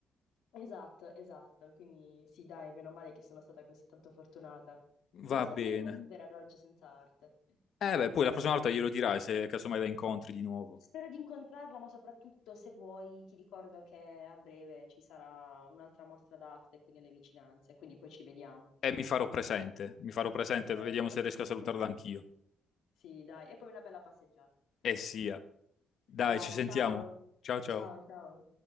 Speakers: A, on the left (about 80°); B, on the left (about 65°).
A: Esatto, esatto. Quindi sì, dai, meno male che sono stata così tanto fortunata. Non
B: Va
A: saprei
B: bene.
A: come vivere ad oggi senza arte.
B: Eh beh, poi la prossima volta glielo dirai se casomai la incontri di nuovo.
A: Spero di incontrarla, ma soprattutto se vuoi ti ricordo che a breve ci sarà un'altra mostra d'arte qui nelle vicinanze, quindi poi ci vediamo.
B: E mi farò presente, mi farò presente,
A: Perfetto.
B: vediamo se riesco a
A: <laughs>
B: salutarla anch'io.
A: Sì, dai, e poi una bella passeggiata. <laughs>
B: E sia. Dai,
A: Dai,
B: ci sentiamo.
A: ciao.
B: Ciao ciao.
A: Ciao, ciao.